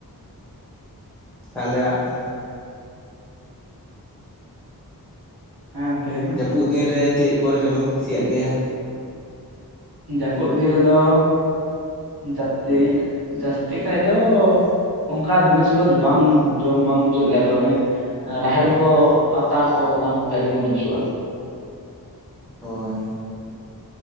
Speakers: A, in the centre; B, on the right.
A: ᱟᱞᱮᱭᱟᱜ
B: ᱦᱮᱸ ᱜᱟᱝᱠᱮ, ᱞᱟᱹᱭ ᱵᱤᱱ᱾
A: ᱟᱹᱯᱩᱫ ᱫᱤᱱ ᱨᱮ ᱪᱮᱫ ᱠᱚ ᱡᱚᱢᱮᱢ ᱠᱩᱥᱤᱭᱟᱜ ᱜᱮᱭᱟ?
B: ᱡᱟᱯᱩᱫ ᱫᱤᱱ ᱨᱮᱫᱚ ᱡᱟᱥᱛᱤ, ᱡᱟᱥᱛᱤ ᱠᱷᱟᱡ ᱫᱚ᱾ ᱚᱱᱠᱟ ᱡᱤᱱᱤᱥ ᱠᱚ ᱵᱟᱝ, ᱡᱚᱢ ᱵᱟᱝ ᱵᱩᱡᱷᱟᱹᱜ ᱜᱮᱭᱟ ᱟᱫᱚ ᱚᱱᱮ ᱾ ᱨᱟᱦᱮᱲ ᱠᱚ ᱟᱛᱟ ᱠᱚ ᱚᱱᱟ ᱠᱚᱜᱮ ᱟᱹᱰᱤ ᱢᱚᱡᱽ ᱵᱩᱡᱷᱟᱹᱣᱜᱼᱟ᱾
A: ᱦᱳᱭ᱾